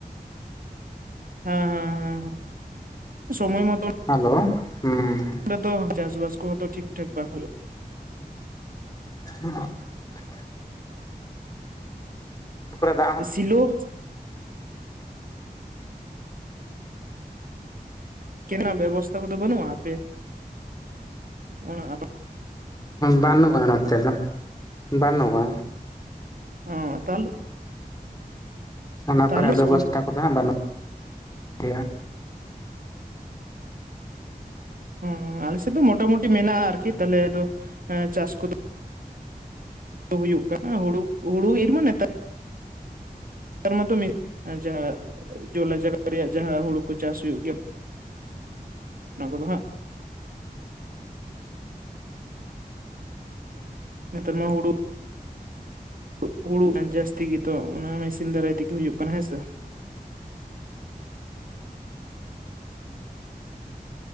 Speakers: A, on the right; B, on the left.
A: ᱦᱮᱸ ᱦᱮᱸ ᱦᱮᱸ ᱦᱮᱸ ᱥᱚᱢᱚᱭ ᱢᱚᱛᱚᱱ
B: ᱦᱮᱞᱳ, ᱦᱩᱸ᱾
A: ᱟᱫᱚ ᱪᱟᱥᱼᱵᱟᱥ ᱠᱚᱦᱚ ᱛᱚ ᱴᱷᱤᱠ ᱴᱷᱟᱠ ᱵᱟᱝ ᱦᱩᱭᱩᱜᱼᱟ᱾
B: <unintelligible> ᱠᱚᱨᱮ ᱫᱟᱜ ᱦᱚᱸ
A: ᱥᱤᱞᱳ ᱠᱮᱱᱟ ᱵᱮᱵᱚᱥᱛᱷᱟ ᱠᱚᱫᱚ ᱵᱟᱹᱱᱩᱜ-ᱟ, ᱟᱯᱮ ᱚᱱᱟ ᱟᱯ
B: ᱵᱟᱹᱱᱩᱜ-ᱟ ᱱᱚᱛᱮ ᱫᱚ, ᱵᱟᱹᱱᱩᱜᱼᱟ᱾
A: ᱚ ᱛᱟᱦᱚᱞᱮ
B: ᱚᱱᱟ
A: ᱛᱟᱦᱚᱞᱮ
B: ᱠᱚᱨᱮ ᱵᱮᱵᱚᱥᱛᱟ
A: ᱠᱚ
B: ᱠᱚᱫᱚ ᱦᱟᱸᱜ ᱵᱟᱹᱱᱩᱜ᱾ ᱜᱮᱭᱟ
A: ᱦᱩᱸ ᱟᱞᱮ ᱥᱮᱫ ᱫᱚ ᱢᱚᱴᱟᱼᱢᱩᱴᱤ ᱢᱮᱱᱟᱜᱼᱟ ᱟᱨᱠᱤ ᱛᱟᱦᱚᱞᱮ ᱟᱫᱚ ᱪᱟᱥ ᱠᱚᱫᱚ ᱦᱩᱭᱩᱜ ᱠᱟᱱᱟ ᱦᱩᱲᱩ ᱦᱩᱲᱩ ᱤᱨ ᱢᱟ ᱱᱮᱛᱟ ᱟᱨ ᱢᱟᱛᱚ <inaudible> ᱡᱟᱦᱟᱸ ᱡᱚᱞᱟ ᱡᱟᱭᱜᱟ ᱨᱮᱭᱟᱜ ᱡᱟᱦᱟᱸ ᱦᱩᱲᱩ ᱠᱚ ᱪᱟᱥ ᱦᱩᱭᱩᱜ ᱜᱮᱭᱟ ᱚᱱᱟ ᱠᱚᱫᱚ ᱦᱟᱸᱜ ᱱᱮᱛᱟᱨ ᱢᱟ ᱦᱩᱲᱩ ᱩᱜᱽ ᱦᱩᱲᱩ ᱮᱸ ᱡᱟᱹᱥᱛᱤ ᱜᱮᱛᱚ ᱚᱱᱟ ᱢᱮᱥᱤᱱ ᱫᱟᱨᱟᱭ ᱛᱮᱜᱮ ᱦᱩᱭᱩᱜ ᱠᱟᱱᱟ ᱦᱮᱸᱥᱮ?